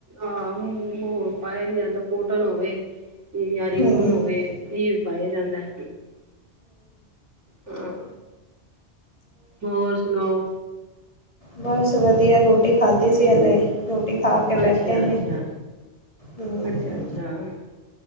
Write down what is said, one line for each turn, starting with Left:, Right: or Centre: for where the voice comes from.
Right: ਆਹ ਮੁ ਮੋ ਪਾਇਆ ਨੀ ਜਾਂਦਾ ਕੋਟਨ ਹੋਵੇ ਯਾ ਰਿਓਨ
Left: ਹੂੰ-ਹੂੰ
Right: ਹੋਵੇ। ਅਇਓ ਈ ਪਾਇਆ ਜਾਂਦਾ। ਹਾਂ। ਹੋਰ ਸੁਣਾਓ?
Left: ਬਸ ਵਦੀਆ ਰੋਟੀ ਖਾਧੀ ਸੀ ਹਲੇ, ਰੋਟੀ ਖਾ ਕੇ
Right: ਅੱਛਾ
Left: ਬੈਠੇ ਨੇ।
Right: ਅੱਛਾ
Left: ਹੂੰ
Right: ਅੱਛਾ-ਅੱਛਾ ਆ,